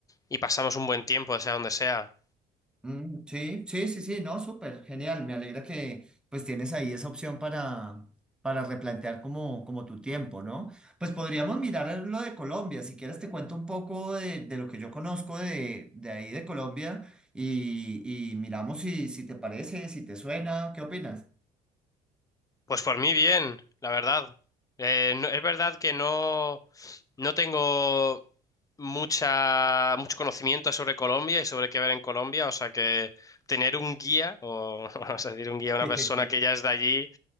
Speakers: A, on the left; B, in the centre.
A: y pasamos un buen tiempo, sea donde sea.
B: Mm, sí, sí, sí, sí, no, súper, genial. Me alegra que pues tienes ahí esa opción para, para replantear como, como tu tiempo, ¿no? Pues podríamos mirar lo de Colombia. Si quieres te cuento un poco de, de lo que yo conozco de, de ahí de Colombia y, y miramos si, si te parece, si te suena, ¿qué opinas?
A: Pues por mí bien, la verdad. Eh, no- es verdad que no, no tengo mucha, mucho conocimiento sobre Colombia y sobre qué ver en Colombia, o sea que tener un guía, o <laughs> vamos a decir un guía, una
B: <laughs>
A: persona que ya es de allí,